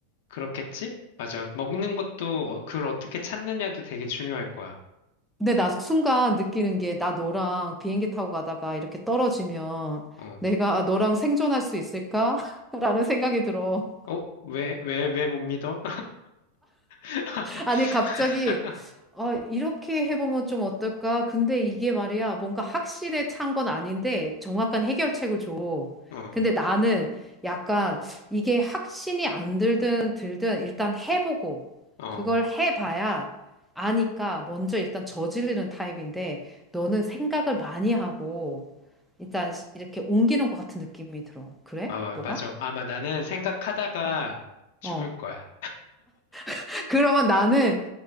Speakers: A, on the left (about 70°); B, in the centre.
A: 그렇겠지? 맞아. 먹는 것도 어- 그걸 어떻게 찾느냐도 되게 중요할 거야.
B: 근데 나 순간 느끼는 게, 나 너랑 비행기 타고 가다가 이렇게 떨어지면
A: 어.
B: 내가 너랑 생존할 수 있을까? <laughs> 라는 생각이 들어.
A: 어, 왜, 왜, 왜 못 믿어? <laughs>
B: 아니, 갑자기, 아, 이렇게 해보면 좀 어떨까? 근데 이게 말이야, 뭔가 확신에 찬 건 아닌데, 정확한 해결책을 줘.
A: 어,
B: 근데 나는 약간 이게 확신이 안 들든 들든 일단 해보고,
A: 어.
B: 그걸 해봐야 아니까 먼저 일단 저지르는 타입인데, 너는 생각을 많이 하고, 일단 이렇게 옮기는 것 같은 느낌이 들어. 그래?
A: 아, 마-
B: 너가?
A: 맞아. 아마 나는 생각하다가
B: 어,
A: 죽을
B: 어.
A: 거야.
B: <laughs> 그러면 나는